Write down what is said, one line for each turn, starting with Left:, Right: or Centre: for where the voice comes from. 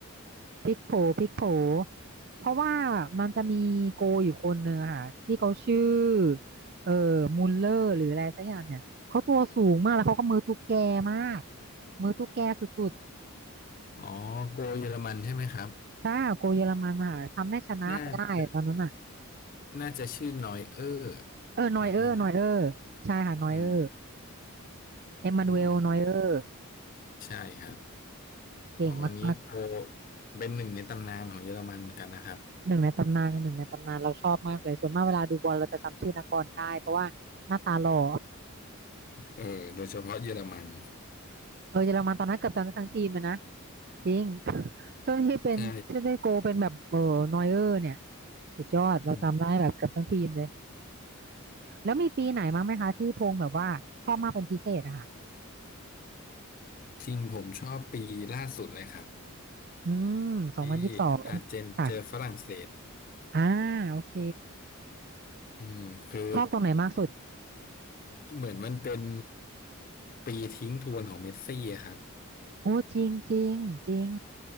Right: <laughs> พลิกโผพลิกโผเพราะว่ามันจะมีโกอยู่คนหนึ่งอะค่ะที่เขาชื่อเอ่อมุลเลอร์หรืออะไรสักอย่างเนี่ยเขาตัวสูงมากแล้วเขาก็มือตุ๊กแกมากมือตุ๊กแกสุดๆ
Left: อ๋อโกเยอรมันใช่ไหมครับ
Right: ใช่โกเยอรมันค่ะทำให้ชนะไปได้ตอนนั้นอ่ะ
Left: น่าจะน่าจะชื่อนอยเออร์
Right: เออนอยเออร์นอยเออร์ใช่ค่ะนอยเออร์
Left: นอยเออร์ไหมอืม
Right: เอ็มมานูเอลนอยเออร์
Left: อืมใช่ครับ
Right: เก่งมาก
Left: อ๋ออันนี้โกเป็นหนึ่งในตำนานของเยอรมันเหมือนกันนะครับ
Right: ๆหนึ่งในตำนานหนึ่งในตำนานเราชอบมากเลยส่วนมากเวลาดูบอลเราจะจำชื่อนักบอลได้เพราะว่าหน้าตาหล่อ
Left: เออโดยเฉพาะเยอรมัน
Right: <laughs> เออเยอรมันตอนนั้นเกือบจะทั้งทีมเลยนะจริง <laughs> ช่วงที่เป็นที่ได้โกลเป็นแบบเออนอยเออร์เนี่ย
Left: ใช่
Right: สุดยอดเราจำได้แบบเกือบทั้งทีมเลย
Left: อืม
Right: แล้วมีปีไหนมั้างไหมคะที่พงษ์แบบว่าชอบมากเป็นพิเศษอะค่ะ
Left: จริงผมชอบปีล่าสุดเลยครับ
Right: อืมสองพันยี่สิบสองค่ะ
Left: ที่อาร์เจนเจอฝรั่งเศส
Right: อ่าโอเค
Left: อืมคือ
Right: ชอบตรงไหนมากสุด
Left: เหมือนมันเป็นปีทิ้งทวนของเมสซี่อะครับ
Right: โอ้จริงจริงจริง